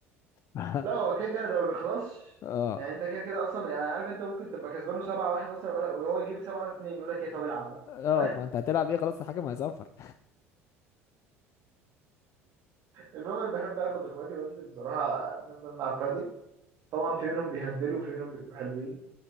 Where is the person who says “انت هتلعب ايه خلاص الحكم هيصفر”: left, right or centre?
Left